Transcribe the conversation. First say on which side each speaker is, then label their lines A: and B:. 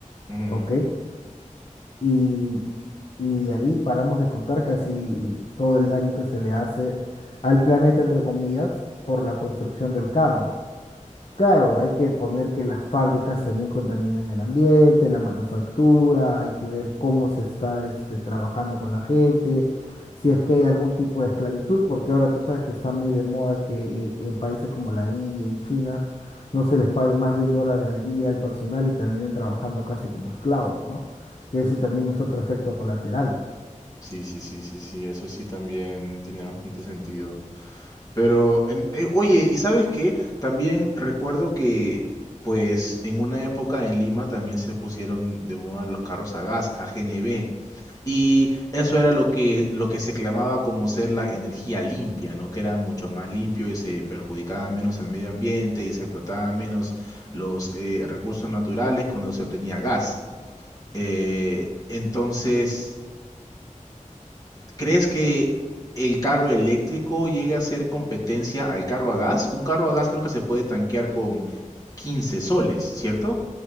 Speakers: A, on the left; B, on the left.
A: ujú.
B: ¿ok? y, y de ahí paramos de contar casi todo el daño que se le hace al planeta, entre comillas, por la construcción del carro. Claro, hay que poner que las fábricas también contaminan el ambiente, la manufactura, hay que ver cómo se está este, trabajando con la gente, si es que hay algún tipo de esclavitud, porque ahora tú sabes que está muy de moda que eh, en países como la India, en China, no se les pague más de un dólar al día al personal y terminen trabajando casi como esclavos, ¿no? Que ese también es otro efecto colateral.
A: Sí, sí, sí, sí, sí, eso sí también tiene bastante sentido. Pero, en- eh, oye, ¿y sabes qué? También recuerdo que, pues, en una época en Lima también se pusieron de moda los carros a gas, a AGNB. Y eso era lo que, lo que se clamaba como ser la energía limpia, ¿no? Que era mucho más limpio y se perjudicaba menos al medio ambiente y se explotaban menos los eh, recursos naturales cuando se obtenía gas. Eh, entonces, ¿crees que el carro eléctrico llegue a ser competencia al carro a gas? Un carro a gas creo que se puede tanquear con 15 soles, ¿cierto?